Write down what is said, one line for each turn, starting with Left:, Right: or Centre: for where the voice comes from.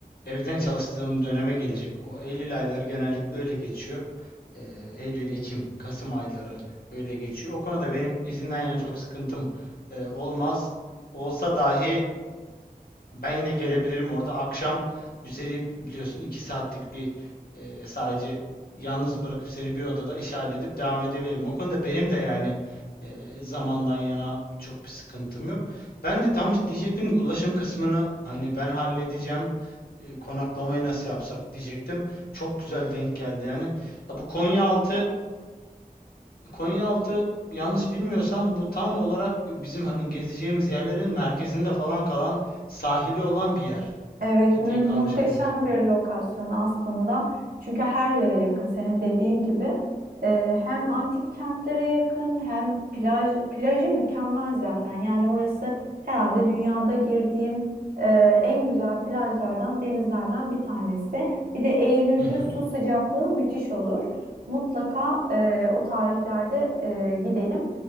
Left: evden çalıştığım döneme gelecek. O Eylül ayları genellikle öyle geçiyor. Eee, Eylül, Ekim, Kasım ayları öyle geçiyor. O konuda benim izinden yana çok sıkıntım eee, olmaz. Olsa dahi ben yine gelebilirim orada. Akşam üzeri biliyorsun iki saatlik bir e, sadece yalnız bırakıp seni bir odada iş halledip devam edebilirim. O konuda benim de yani e, zamandan yana çok bir sıkıntım yok. Ben de tam diyecektim ki ulaşım kısmını hani ben halledeceğim. E, konaklamayı nasıl yapsak diyecektim. Çok güzel denk geldi yani. Ya bu Konyaaltı, Konyaaltı yanlış bilmiyorsam bu tam olarak bizim hani gezeceğimiz yerlerin merkezinde falan kalan sahili olan bir yer
Right: Evet, mü-
Left: diye kalmış
Right: muhteşem
Left: aklımda.
Right: bir lokasyon aslında. Çünkü her yere yakın. Senin dediğin gibi Ee, hem antik kentlere yakın hem plaj plajı mükemmel zaten. Yani orası herhalde dünyada girdiğim e, en güzel plajlardan, denizlerden bir tanesi. Bir de Eylül'de
Left: Hı hı.
Right: su sıcaklığı müthiş olur. Mutlaka e, o tarihlerde e, gidelim.